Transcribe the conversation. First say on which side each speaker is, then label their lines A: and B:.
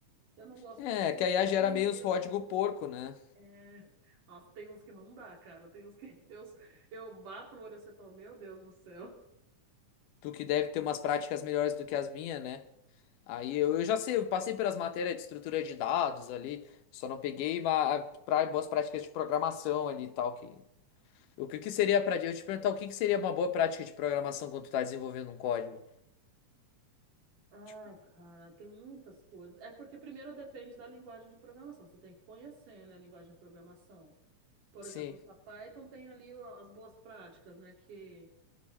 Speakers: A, on the right (about 75°); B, on the left (about 80°).
A: Eu não gosto
B: É,
A: muito porque
B: que a IA
A: eu
B: gera
A: tenho
B: meio
A: medo
B: os código
A: de...
B: porco, né?
A: É... Nossa, tem uns que não dá, cara. Tem uns que <laughs> eu, eu bato o olho assim e falo, meu Deus do céu.
B: Tu que deve ter umas práticas melhores do que as minhas, né? Aí eu, eu já sei, eu passei pelas matérias de estrutura de dados ali, só não peguei ma- pra, boas práticas de programação ali e tal. Que, o que, que seria pra. Eu te perguntar o que, que seria uma boa prática de programação quando tu tá desenvolvendo um código?
A: Ai,
B: Tipo,
A: cara, tem muitas coisas. É porque primeiro depende da linguagem de programação. Você tem que conhecer, né, a linguagem de programação. Por
B: sim,
A: exemplo, a Python tem ali a- as boas práticas, né, que...